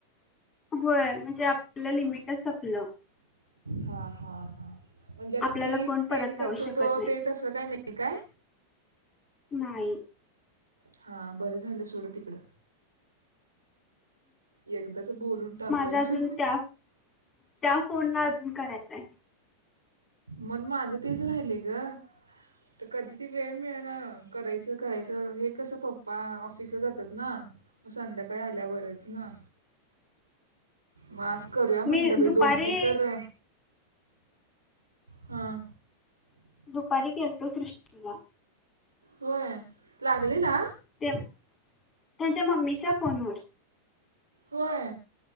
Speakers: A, on the left (about 25°); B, on the right (about 80°).
A: होय म्हणजे आपलं लिमिटच संपलं.
B: हा हा हा म्हणजे आता
A: आपल्याला
B: तीस
A: कोण
B: तेन
A: परत लावू
B: करतो
A: शकत
B: तो
A: नाही
B: ते त तसं काय नाही काय?
A: नाही.
B: हा बरं झालं सोडं तिकडं. एकदाच बोलून टाकवायचं.
A: माझा अजून त्या त्या फोनला अजून करायचं आहे.
B: मन माझं तेच राहिले ग तर कधी ते वेळ मिळलना. करायचं करायचं हे कसं पप्पा ऑफिसला जातात ना. मग संध्याकाळी आल्यावरच ना. म आज करूया म्हटलं
A: मी
B: बाई
A: दुपारी
B: दोन तीन तर- हां
A: दुपारी केलतो सृष्टी ला
B: होय लागले ला?
A: ते त्यांच्या मम्मीच्या फोनवर.
B: होय